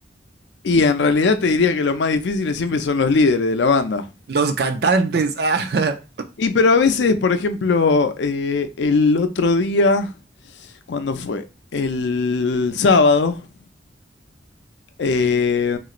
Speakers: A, on the left; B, on the right.
A: Y en realidad te diría que los más difíciles siempre son los líderes de la banda.
B: Los cantantes. Ah,
A: Y pero a veces, por ejemplo, eh, el otro día, cuando fue? El sábado, eh,